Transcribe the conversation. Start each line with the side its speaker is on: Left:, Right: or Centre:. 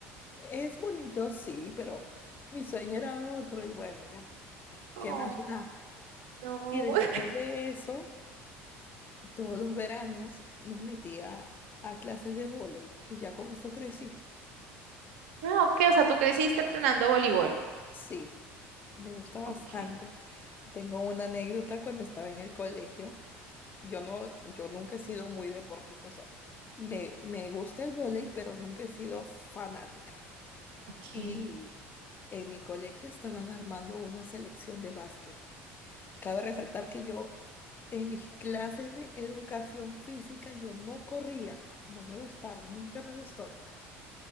Left: Es bonito, sí, pero mi sueño era otro y bueno, ya,
Right: Oh,
Left: ¿qué más da?
Right: no.
Left: Y después
Right: <laughs>
Left: de eso, todos los veranos nos metía a clases de vóley y ya con eso crecí.
Right: Ah, ok, o sea, tú creciste entrenando voleibol.
Left: Sí, me gusta bastante.
Right: Ok,
Left: Tengo una anécdota cuando estaba en el colegio. Yo no, yo nunca he sido muy deportista, o sea, me, me gusta el vóley, pero nunca he sido fanática.
Right: ok.
Left: Y en mi colegio estaban armando una selección de básquet. Cabe resaltar que yo en mis clases de educación física yo no corría, no me gustaba, nunca me gustó.